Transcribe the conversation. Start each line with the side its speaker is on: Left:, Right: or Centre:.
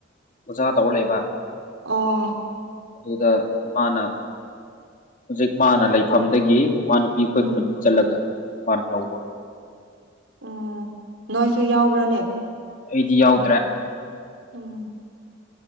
Left: ꯑꯣꯖꯥ ꯇꯧꯔ ꯂꯩꯕ
Right: ꯑꯣ
Left: ꯑꯗꯨꯗ ꯃꯥꯅ ꯍꯧꯖꯤꯛ ꯃꯥꯅ ꯂꯩ ꯐꯝꯗꯒꯤ ꯃꯥ ꯅꯨꯄꯤ ꯑꯩꯈꯣꯏ
Right: ꯎꯝ
Left: ꯈꯨꯟ ꯆꯠꯂꯒ ꯃꯥꯅ ꯂꯧꯕ
Right: ꯑꯣ ꯅꯣꯏꯁꯨ ꯌꯥꯎꯕ꯭ꯔꯅꯦ
Left: ꯑꯩꯗꯤ ꯌꯥꯎꯗ꯭ꯔꯦ
Right: ꯑꯣ